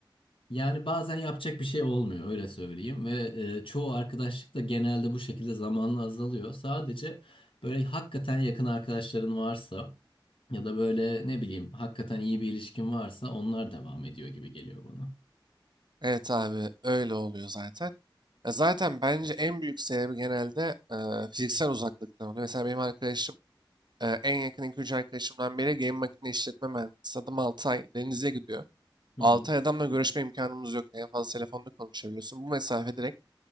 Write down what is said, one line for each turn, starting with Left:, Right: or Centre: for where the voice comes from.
Left: yani bazen yapacak bir şey olmuyor öyle söyleyeyim ve e, çoğu arkadaşlık da genelde bu şekilde zamanla azalıyor. Sadece böyle hakikaten yakın arkadaşların varsa ya da böyle ne bileyim hakikaten iyi bir ilişkin varsa onlar devam ediyor gibi geliyor bana.
Right: Evet abi öyle oluyor zaten. Ya zaten bence en büyük sebebi genelde e, fiziksel uzaklıktan oluyor. Mesela benim arkadaşım e, en yakın 2-3 arkadaşımdan biri game makine işletme mühendisi. Adam 6 ay denize gidiyor.
Left: Hı
Right: 6 ay adamla görüşme imkanımız yok. En fazla telefonda konuşabiliyorsun. Bu mesafe direkt